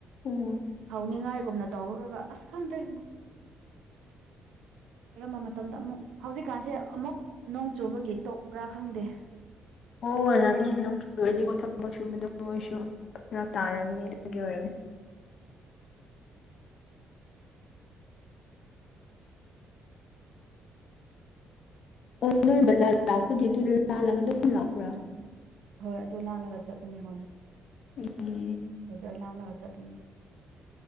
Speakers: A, on the left; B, on the right.
A: ꯎꯝ
B: ꯍꯧꯅꯤꯡꯉꯥꯏꯒꯨꯝꯅ ꯇꯧꯔꯒ ꯑꯁ ꯈꯪꯗ꯭ꯔꯦ ꯀꯔꯝꯕ ꯃꯇꯝꯗ ꯑꯃꯨꯛ ꯍꯧꯖꯤꯛꯀꯥꯟꯁꯦ ꯑꯃꯨꯛ ꯅꯣꯡ ꯆꯨꯕꯒꯤ ꯇꯣꯛꯄ꯭ꯔꯥ ꯈꯪꯗꯦ
A: ꯍꯣꯏ ꯑꯣꯏꯔꯝꯅꯤ ꯅꯣꯡ ꯆꯨꯔꯗꯤ ꯊꯕꯛ ꯁꯨꯕꯗꯣ ꯃꯣꯏꯁꯨ ꯐꯔꯛ ꯇꯥꯔꯝꯅꯤ ꯑꯗꯨꯒꯤ ꯑꯣꯏꯔꯝꯅꯤ ꯑꯣ ꯅꯣꯏ ꯕꯖꯥꯔꯗ ꯂꯥꯛꯄꯗꯤ ꯑꯗꯨ ꯂꯥꯜꯂꯒ ꯑꯗꯨꯝ ꯂꯥꯛꯄ꯭ꯔꯥ
B: ꯍꯣꯏ ꯑꯗꯨ ꯂꯥꯜꯂꯒ ꯆꯠꯄꯅꯦ ꯍꯣꯏ
A: ꯑꯦ
B: ꯕꯖꯥꯔ ꯂꯥꯜꯂꯒ ꯆꯠꯄꯅꯦ